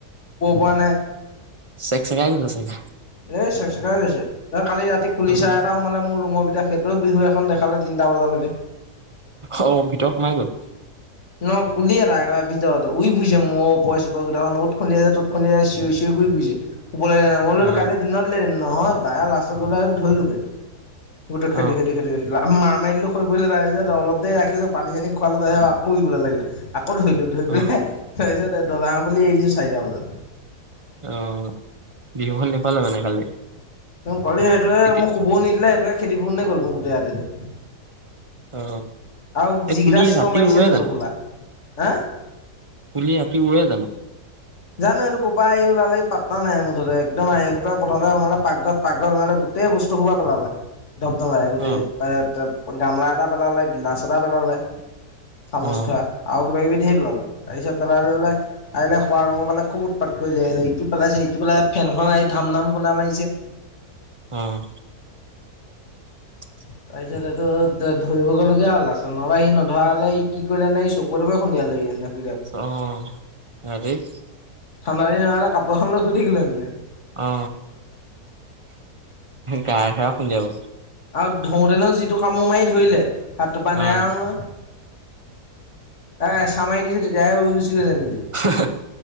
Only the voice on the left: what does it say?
পৰা নাই
এ চেক চেকাই গৈছে কালি ৰাতি কুলি
চাৰাই এটা সময়ে মোৰ ৰুমৰ ভিত সেইটোও বিহু এখন দেখালে তিনিটা বজালৈকে
ন কুলি এটা একেবাৰে ভিতৰত উই ফুৰিছে মোৰ ওপচ চোপৰে গোতেইখন অত খুন্দিয়াইছে তত খুন্দিয়াইছে চিঞৰি চিঞৰি। উই ফুৰিছে ওপলে নেযায় মইলো
কাইলে দিনত উলিয়ায় দিম নহয় লাষ্টত গলে ধৰিলোগে। গোটেই খেদি
খেদি খেদি লা মা মাৰি দিলো সৰি পৰিল তাৰপিছত অলপ দেৰি ৰাখিলো পানী চানী খোৱালো তাছত আকৌ উৰিবলে লাগিলে। আকৌ ধৰিলো ধৰি
পেলাই তাৰ পিছত দবা খনখুলি এৰি দিছোঁ চাৰিটা বজাত।
কলি সেইটোৱে
মোক শুবও নিদিলে সেইটোকে খেদি ফোৰোংতে গ'ল মোৰ গোটেই ৰাতিটো।
আৰু
যিকিটা
চিঞৰ
মাৰিছে
তেটোফলা
হেএ
জানো এইটো ক পা আহি ওলালেহি পাত্তা নাই মুঠতে একদম আহি প্ৰথমতে সোমালে পাকঘৰত পাকঘৰ সোমালে গোটেই বস্তু সোপা পেলালে। ধপ ধপাই গোটেই
গামলা এটা পেলালে গিলাচ এটা পেলালে। চামুচ
থোৱা আৰু কিবা কিবি ধেই পেলালে তাৰপিছত পেলালে বোলে আহিলে। সোৱা ৰোমৰ ফালে খুব উৎপাত কৰিলে আহি লৈ ইটো পেলাইছে সিটো পেলাই ফেনখন আহি ধাম ধাম খুন্দা মাৰিছে।
তাৰপিছত এইটো ধ ধৰিবগৈ লগীয়া হ'ল লাছতত নহবা সি নধৰা হ'লে ই কি কৰিলেনে এই চকুৱে টকুৱে খুন্দিয়ালেগে হেলে
ঠাণ্ডা দিন হোৱা হলে কাপোৰ এখন লৈ শুই থাকিলো হেতেন
আৰু ধৰোতেনো যিটো কামোৰ মাৰি ধৰিলে হাতটো পা
নেৰা হ'ল নহয়। এ এচামাই দিছোঁ তেতিয়াহে উৰি গৈছে নিজে